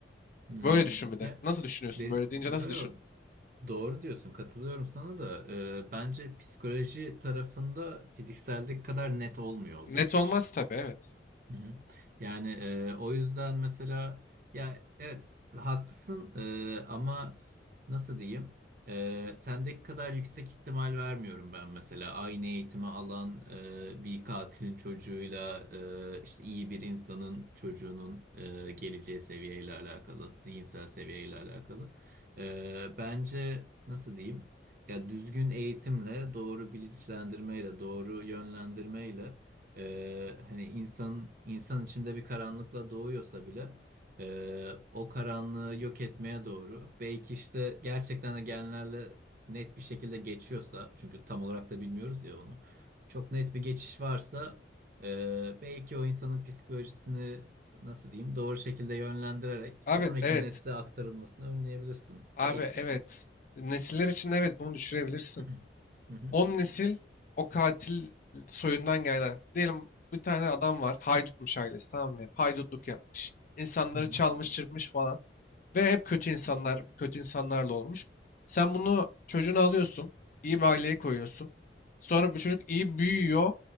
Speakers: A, on the right; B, on the left.
A: Hmm.
B: Böyle düşün bir de.
A: Ya
B: Nasıl düşünüyorsun?
A: de
B: Böyle deyince
A: yo
B: nasıl
A: yo
B: düşün?
A: doğru diyorsun katılıyorum sana da e, bence psikoloji tarafında fizikseldeki kadar net olmuyor o
B: Net
A: geçiş.
B: olmaz tabii evet.
A: Hı hı. Yani e, o yüzden mesela ya evet haklısın e, ama nasıl diyeyim E, sendeki kadar yüksek ihtimal vermiyorum ben mesela aynı eğitimi alan e, bir katilin çocuğuyla e, işte iyi bir insanın çocuğunun e, geleceği seviyeyle alakalı zihinsel seviyeyle alakalı E, bence nasıl diyeyim ya düzgün eğitimle doğru bilinçlendirmeyle doğru yönlendirmeyle e, hani insan insan içinde bir karanlıkla doğuyorsa bile e, o karanlığı yok etmeye doğru belki işte gerçekten de genlerle net bir şekilde geçiyorsa çünkü tam olarak da bilmiyoruz ya onu çok net bir geçiş varsa e, belki o insanın psikolojisini nasıl diyeyim doğru şekilde yönlendirerek
B: Abi
A: sonraki
B: evet.
A: nesle aktarılmasını önleyebilirsin
B: Abi
A: belki.
B: evet. Nesiller için evet bunu düşürebilirsin.
A: <clears throat> Hı hı,
B: 10 nesil o katil soyundan geldi. Diyelim bir tane adam var. Haydutmuş ailesi tamam mı? Hep Haydutluk yapmış. İnsanları
A: hı hı,
B: çalmış, çırpmış falan. Ve hep kötü insanlar, kötü insanlarla olmuş. Sen bunu çocuğunu alıyorsun, iyi bir aileye koyuyorsun. Sonra bu çocuk iyi büyüyor,